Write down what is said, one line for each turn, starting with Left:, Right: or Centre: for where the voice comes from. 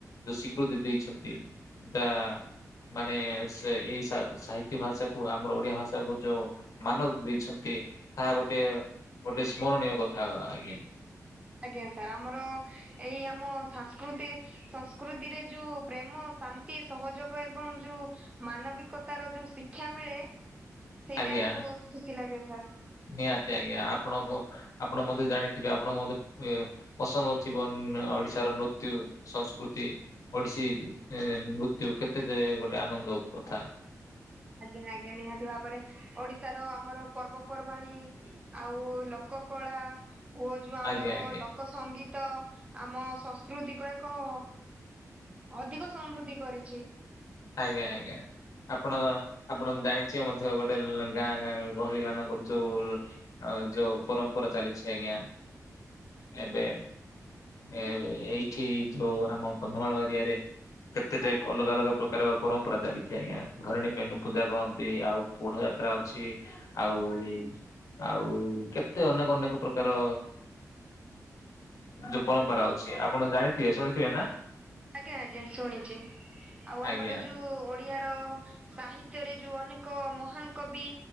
Left: ଯୋଉ ସୀକୃତି ଦେଇଛନ୍ତି ତା ମାନେ ସେ ଏଇ ସାହିତ୍ୟ ଭାଷା କୁ ଆମର ଓଡିଆ ଭାଷା କୁ ଯୋଉ ମାନ ଦେଇଛନ୍ତି ତାହା ଗୋଟେ ଗୋଟେ ସ୍ମରଣୀୟ କଥା ଆଜ୍ଞା
Right: ଆଜ୍ଞା ସାର୍ ଆମର ଏଇ ଆମ ସାଂସ୍କୃତି ସଂସ୍କୃତିରେ ଯୋଉ ପ୍ରେମ, ଶାନ୍ତି, ସହଯୋଗ ଏବଂ ଯୋଉ ମାନବିକତାର ଯୋଉ ଶିକ୍ଷା ମିଳେ ସେଇଟା
Left: ଆଜ୍ଞା
Right: ହିଁ ବହୁତ ଖୁସି ଲାଗେ ସାର୍
Left: ନିହାତି ଆଜ୍ଞା ଆପଣଙ୍କ ଆପଣ ମତେ ଜାଣିଥିବେ ଆପଣଙ୍କ ମତେ ପସନ୍ଦ ଥିବ ଓଡିଶାର ନୃତ୍ୟ, ସଂସ୍କୃତି ଓଡିଶୀ ନୃତ୍ୟୁ କେତେ ଗୋଟେ ଆନନ୍ଦ କଥା
Right: ଆଜ୍ଞା ଆଜ୍ଞା ନିହାତି ଭାବରେ ଓଡିଶାର ଆମର ପର୍ବପର୍ବାଣୀ ଆଉ ଲୋକ କଳା ଓ ଯୋଉ ଆମର
Left: ଆଜ୍ଞା ଆଜ୍ଞା।
Right: ଲୋକ ସଙ୍ଗୀତ ଆମ ସଂସ୍କୃତିକ ଏକ ଅଧିକ ସମୃଦ୍ଧି କରିଛି।
Left: ଆଜ୍ଞା ଆଜ୍ଞା ଆପଣ ଆପଣ ଜାଣିଛେ ମଧ୍ୟ ଗୋଟେ ଗାଁ ଗଁ ଗହଳି ମାନଙ୍କର ଯୋଉ ଆଉ ଯୋଉ ପରମ୍ପରା ଚାଲିଛି ଆଜ୍ଞା ଏବେ ଏ ଏଇଠି ଯୋଉ ଆମ କନ୍ଧମାଳ ଏରିଆରେ କେତେଟେ ଅଲଗା ଅଲଗା ପ୍ରକାର ପରମ୍ପରା ଚାଲିଛି ଆଜ୍ଞା ଘରେଣୀ ପେ ପୂଜା କରନ୍ତି ଆଉ ପୋଢ ଯାତ୍ରା ଅଛି। ଆଉ ଆଉ କେତେ ଅନେକ ଅନେକ ପ୍ରକାର ଯୋଉ ପରମ୍ପରା ଅଛି ଆପଣ ଜାଣିଥିବେ ଶୁଣିଥିବେ ନା?
Right: ଆଜ୍ଞା ଆଜ୍ଞା ଶୁଣିଛି ଆଉ ଆମର
Left: ଆଜ୍ଞା
Right: ଯୋଉ ଓଡିଆ ର ସାହିତ୍ୟରେ ଯୋଉ ଅନେକ ମହାନ୍ କବି